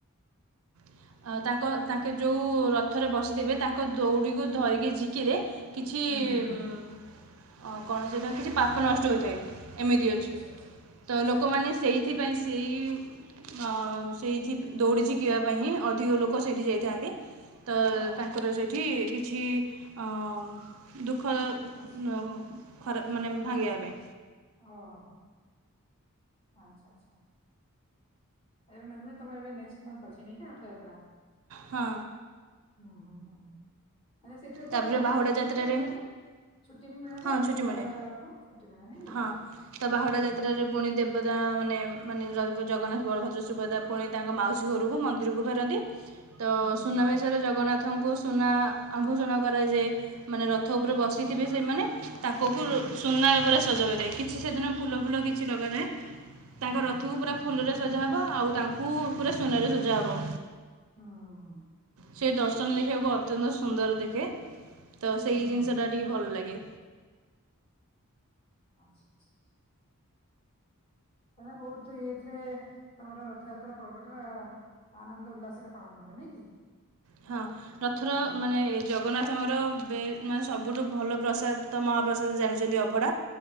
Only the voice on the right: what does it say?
ଅ ତାଙ୍କ ତାଙ୍କେ ଯୋଉ ର ରଥରେ ବସିଥିବେ ତାଙ୍କ ଦୌଡିକୁ ଧରିକି ଝି କିରେ କିଛି
ଉଁ ଅ କଣ ସେଟା କିଛି ପାପ ନଷ୍ଟ ହୋଇଥାଏ। ଏମିତି ଅଛି
ତ
ଲୋକମାନେ
ସେଇଥିପାଇଁ ସେଇ ଆ ସେଇଥି ଦୌଡ଼ି ଝିକିବା ପାଇଁଁ ହିଁ ପ୍ରିଅ ଲୋକ ସେଇଠି ଯାଇଥାନ୍ତି। ତ
ତାଙ୍କର ସେଇଠି କିଛି କିଛି ଅମ ଦୁଃଖ ନ
ଖରା ମାନେ ଭାଙ୍ଗିବା ପାଇଁ
ହଁ।
ତା'ପରେ ବାହୁଡ଼ା
ଯାତ୍ରାରେ
ହଁ
ଛୁଟି
ମିଳେ
ହଁ
ତ ବାହୁଡ଼ା
ଯାତ୍ରାରେ ପୁଣି ଦେବତା ମାନେ ମାନେ ଜଗନ୍ନାଥ ବଳଭଦ୍ର ସୁଭଦା ପୁଣି ତାଙ୍କ ମାଉସୀ ଘରକୁ ମନ୍ଦିରକୁ ଫେରନ୍ତି। ତ
ସୁନାବେଶରେ ଜଗନ୍ନାଥ ତାଙ୍କୁ ସୁନା ଆଭୂଷଣ କରାଯାଏ। ମାନେ ରଥ
ଉପରେ ବସିଥିବେ ସେମାନେ ତାଙ୍କକୁ
ସୁନାରେ ପୁରା ସଜ କରିବେ କିଛି ସେଦିନ ଫୁଲ ଫୁଲ କିଛି ଲଗା ନାଇଁ ତାଙ୍କ
ରଥକୁ
ପୁରା ଫୁଲରେ ସଜା ହବ ଆଉ ତାଙ୍କୁ ପୁରା ସୁନାରେ ସଜା ହବ।
ସେଇ ଦର୍ଶନ ଦେଖିବାକୁ ଅତ୍ୟନ୍ତ ସୁନ୍ଦର ଦେଖେ ତ ସେଇ
ଜିନିଷ
ଟା ଟିକେ ଭଲ ଲାଗେ।
ହଁ ରଥର
ମାନେ ଜଗନ୍ନାଥଙ୍କର ବେ ମାନେ ସବୁଠୁ ଭଲ ପ୍ରସାଦ। ତ ମହାପ୍ରସାଦ ଜାଣିଛନ୍ତି ଅଭଡା।